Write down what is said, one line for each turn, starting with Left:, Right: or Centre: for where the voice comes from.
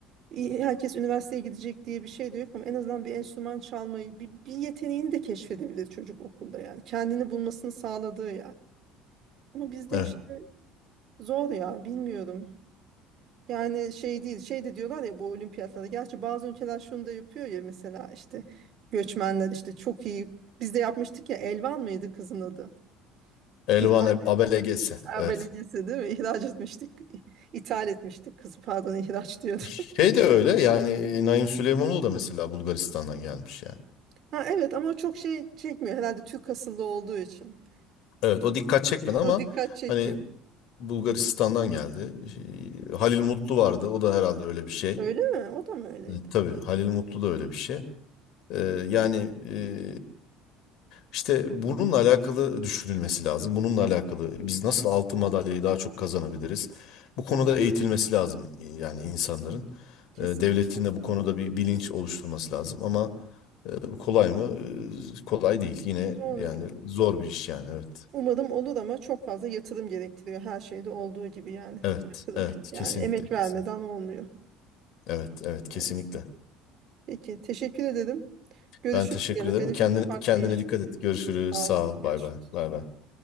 Right: İyi, Herkes üniversiteye gidecek diye bir şey de yok ama en azından bir enstrüman çalmayı, bir, bir yeteneğini de keşfedebilir çocuk okulda yani. Kendini bulmasını sağladığı yani. Ama bizde
Left: Evet.
Right: işte zor ya bilmiyorum. Yani şey değil şey de diyorlar ya bu olimpiyatlarda. Gerçi bazı ülkeler şunu da yapıyor ya mesela işte göçmenler işte çok iyi. Biz de yapmıştık ya Elvan mıydı kızın adı?
Left: Elvan
Right: İhraç
Left: Abele gelse.
Right: <laughs>
Left: Evet.
Right: Belediyesi değil mi? İhraç etmiştik. İthal etmiştik kızı pardon ihraç diyordum.
Left: Şey
Right: <laughs>
Left: de öyle yani e, Naim Süleymanoğlu da mesela Bulgaristan'dan gelmiş yani.
Right: Ha evet ama o çok şey çekmiyor herhalde Türk asıllı olduğu için.
Left: Evet o dikkat çekmedi ama
Right: O dikkat çekmiyor.
Left: hani Bulgaristan'dan geldi. Şey, Halil Mutlu vardı o da herhalde öyle bir şey.
Right: Öyle mi? O da mı öyleydi?
Left: E, Tabii Halil Mutlu da öyle bir şey. E, yani e, işte bununla alakalı düşünülmesi lazım. Bununla alakalı biz nasıl altın madalyayı daha çok kazanabiliriz? Bu konuda eğitilmesi lazım yani insanların.
Right: Kesinlikle.
Left: E, devletin de bu konuda bir bilinç oluşturması lazım ama Tabii Kolay mı? Ee, Kolay değil. Yine
Right: Zor
Left: yani
Right: ya.
Left: zor bir iş yani. Evet.
Right: Umarım olur ama çok fazla yatırım gerektiriyor her şeyde olduğu gibi yani.
Left: Evet.
Right: Yatırım.
Left: Evet.
Right: Yani
Left: Kesinlikle.
Right: emek
Left: Kesin.
Right: vermeden olmuyor.
Left: Evet. Evet. Kesinlikle.
Right: Evet. Peki teşekkür ederim. Görüşürüz.
Left: Ben teşekkür
Right: Yine
Left: ederim.
Right: benim
Left: Kendine,
Right: şimdi ufak
Left: kendine
Right: bir işim.
Left: dikkat et.
Right: var.
Left: Görüşürüz.
Right: Sağ
Left: Sağ
Right: olasın.
Left: ol.
Right: Görüşürüz.
Left: Bay bay. Bay bay.